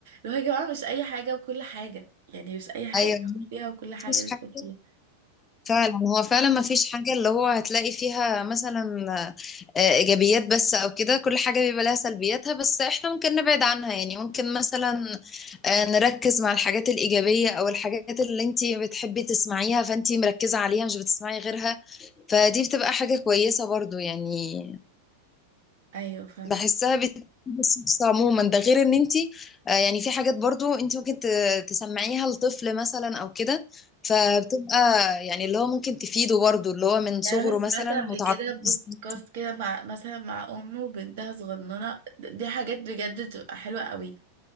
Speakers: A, on the right; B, on the left.
A: اللي هو يا جماعة مش اي حاجة وكل حاجة يعني مش اي حاجة
B: ايوه
A: ندخل فيها وكل حاجة
B: مفيش
A: ندخل
B: حاجة
A: فيها
B: فعلا هو فعلا ما فيش حاجة اللي هو هتلاقي فيها مثلا آه، إيجابيات بس أو كده كل حاجة بيبقى لها سلبياتها بس إحنا ممكن نبعد عنها يعني ممكن مثلا آه، نركز مع الحاجات الإيجابية أو الحاجات اللي أنتي بتحبي تسمعيها فأنتي مركزة عليها مش بتسمعي غيرها فدي بتبقى حاجة كويسة برضو يعني
A: ايوه فاهمة
B: بحسها بت- بس بس عموما ده غير ان انت آه، يعني في حاجات برضو انت ممكن ت- تسمعيها لطفل مثلا او كده فبتبقى يعني اللي هو ممكن تفيده برضو اللي هو من صغره
A: يعني انا سمعت
B: مثلا
A: قبل
B: متعرف
A: كده بودكاست
B: إزاي.
A: كده مع مثلا مع ام وبنتها صغننه دي حاجات بجد تبقى حلوه قوي